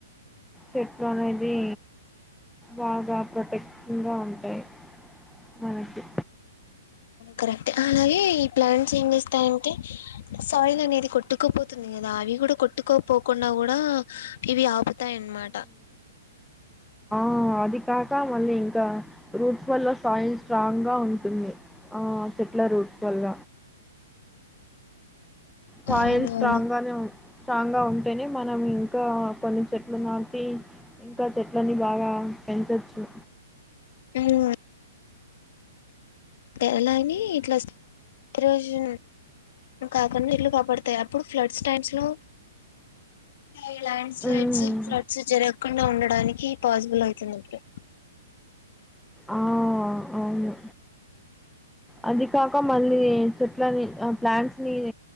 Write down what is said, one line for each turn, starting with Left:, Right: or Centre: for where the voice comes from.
Centre: చెట్లు అనేది బాగా ప్రొటెట్ ఇంగా ఉంటయి మనకి
Left: కరెక్ట్ అలాగే ఈ ప్లాంట్స్ ఏం చేస్తాయంటే? సాయిల్ అనేది కొట్టుకోపోతుంది కదా. అవి కూడా కొట్టుకోపోకుండా కూడా ఇవి ఆపు త్తయ్యాన్నమాట
Centre: ఉ అది కాక మళ్ళీ ఇంకా రూట్స్ వల్ల సోయిల్ స్ట్రాంగ్గా ఉంటుంది. ఆ చెట్ల రూట్స్ వల్ల సోయిల్
Left: అవునవును
Centre: స్ట్రాంగ్ గానే ఉన్ స్ట్రాంగ్ గా ఉం టేనే మనం ఇంకా కొన్ని చెట్లు నాటి ఇంకా చెట్లని బాగా పెంచచ్చు.
Left: ఇంగ తెల్లని ఇట్లాజ్ ఈరోజు కాకుండా ఇట్లు కాపాడతాయి అప్పుడు ఫ్లడ్స్ టైమ్స్ లో. ఈ ల్యాండ్ స్లైడ్స్,
Centre: మ్మ్
Left: ఫ్లడ్స్ జరగ్ కుండా ఉండడానికి పాసిబుల్ అవుతుందిప్పుడు
Centre: ఆ అవును అది కాక మళ్ళీ చెట్లని, ఆ ప్లాంట్స్ ని